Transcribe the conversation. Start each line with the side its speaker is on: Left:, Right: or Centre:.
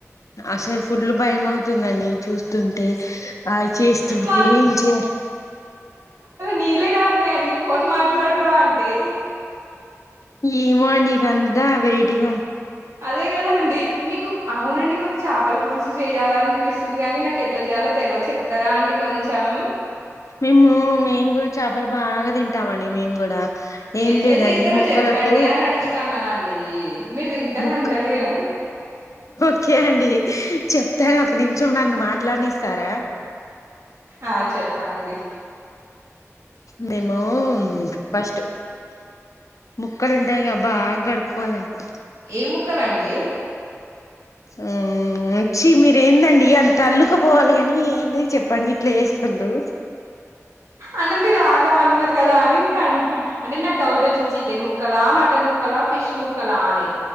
Left: అసలు ఫుడ్లు భయం అవుతుందండి చూస్తుంటే ఆది చేస్తుంటే
Right: మా
Left: ఏం చే
Right: నీలేగా అ అండి ఫోన్ మాట్లాడరా అంటే
Left: ఏమో అండి ఇదంతా వెరైటీగా
Right: అదే కదా అండి మీకు అవునండి మాకు చాపల పులుసు చేయాలనిపిస్తుంది గానీ నాకు ఎట్లా చేయాలో తెలియ చెప్తారా అండి కొంచెం
Left: మేము మేము కూడా చేపలు బాగా తింటమండి మేము కూడా ఏం
Right: ఎట్లా
Left: లేదండి
Right: చేస్తారు
Left: ముక్కలకు
Right: చెప్పండి అని అడుగుతన్నానండి అంట ఈ మీరు తింటార
Left: ముక్
Right: అంటలేను
Left: ఓకే అండి చెప్తాను ఒక నిమిషం నన్ను మాట్లానిస్తారా
Right: ఆ చెప్పండి
Left: మేము ఫస్ట్ ముక్కలు ఉంటాయి క బాగా కడుక్కకోవాలండి
Right: ఏ ముక్కలండి
Left: ఆ వచ్చి మీరు ఏందండి అంత అల్లుకపోవాలి ని ఏంది చెప్పండి ఇట్లా చేస్తుండు
Right: అంటే మీరు ఆగమన్నారు కదా అని నే అకుంట అంటే నాకు డౌట్ వచ్చింది చికెన్ ముక్కల మటన్ ముక్కల ఫిష్ ముక్క కళాని